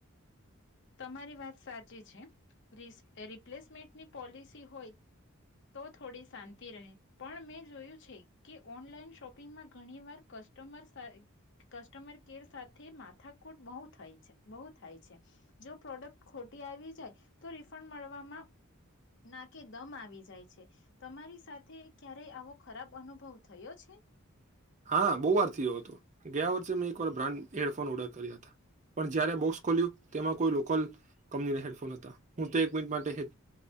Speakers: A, on the left; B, on the right.
A: તમારી વાત સાચી છે રીસ રિપ્લેસમેન્ટની પોલિસી હોય તો થોડી શાંતિ રહે પણ મેં જોયું છે કે ઓનલાઈન શોપિંગમાં ઘણીવાર કર કસ્ટમર સાર કસ્ટમર કેર સાથે માથાકૂટ બહુ થાય છે બહ થાય છે. જો પ્રોડક્ટ ખોટી આવી જાય તો રિફંડ મળવામાં ના કે દમ આવી જાય છે. તમારી સાથે ક્યારેય આવો ખરાબ અનુભવ થયો છે?
B: હા બહુ વાર થયો હતો ગયા વર્ષે મેં બ્રાન્ડ હેડફોન ઓર્ડર કર્યા હતા પણ જયારે બોક્સ ખોલ્યું તેમાં કોઈ લો કલ કંપનીના હેડફોન હતા હું તો એક મિનિટ માટે